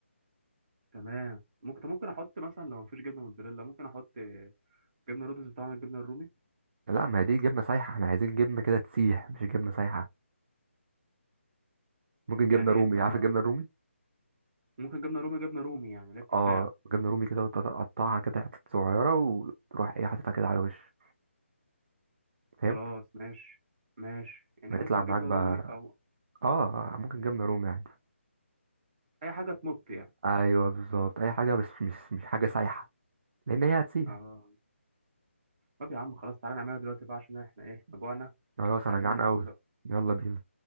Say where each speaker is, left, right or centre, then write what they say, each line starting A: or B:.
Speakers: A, on the right (about 35°); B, on the right (about 55°).
A: تمام ممكن طب ممكن احط مثلا لو مفيش جبنه موتزاريلا ممكن احط آه، جبنه رودس بتاع الجبنه الرومي
B: لا ما هي دي جبنه سايحه احنا عايزين جبنه كده تسيح مش جبنه سايحه ممكن
A: يعني
B: جبنه رومي
A: إيه؟ طب
B: عارف
A: ما-
B: الجبنه الرومي
A: ممكن جبنه رومي جبنه رومي يعني اللي هي بتتباع
B: اه جبنه رومي كده وتقطعها كده حتت صغيره وتروح ايه حاططها كده على وش
A: خلاص
B: فهمت
A: ماشي ماشي يعني
B: هيطلع
A: ممكن
B: معاك
A: جبنة
B: بقى
A: رومي أو
B: اه آه، ممكن جبنه رومي عادي
A: أي حاجة تمط يعني
B: ايوه بالظبط اي حاجه بس مش مش حاجه سايحه لان هي هتسيح
A: آه طب يا عم خلاص تعالى نعملها دلوقتي بقى عشان احنا ايه احنا جوعنا
B: خلاص انا
A: عايزين
B: جعان
A: ناكل
B: قوي
A: بقى
B: يلا بينا